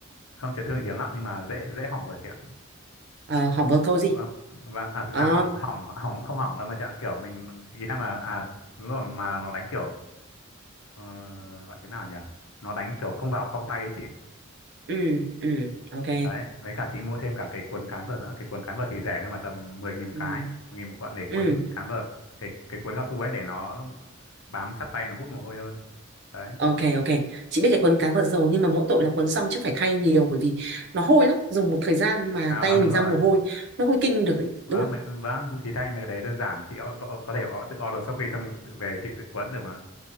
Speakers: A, on the left; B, on the right.
A: Không chấn thương hiếm lắm nhưng mà dễ dễ hỏng vợt chị ạ.
B: à hỏng vào thôi gì
A: vâng vâng à thực
B: à
A: ra hỏng hỏng hỏng cũng không hỏng đâu mà chợ kiểu mình ý em là à đúng rồi mà nó đánh kiểu ờ, gọi thế nào nhỉ nó đánh kiểu không vào phong tay ấy chị
B: ừ ừ ok
A: đấy với cả chị mua thêm cả cái cuốn cán vợt nữa cái cuốn cán vợt thì rẻ nhưng mà tầm 10 nghìn một
B: ừ
A: cái 10 nghìn một cuộn để
B: ừ
A: cuốn cán vợt cái cái cuốn cao su ấy để nó bám chắc tay nó hút mồ hôi hơn đấy
B: Ok ok Chị biết cái quấn cá vào dầu Nhưng mà mỗi tội là quấn xong chắc phải thay nhiều Bởi vì nó hôi lắm Dùng một thời gian mà
A: à
B: tay
A: vâng
B: mình
A: đúng rồi
B: ra mồ hôi Nó hôi kinh được ấy,
A: vâng
B: đúng không
A: mấy, vâng thì thay mấy cái đấy đơn giản chị o- gõ- có thể gõ tự order Shopee xong tự về chị tự cuốn được mà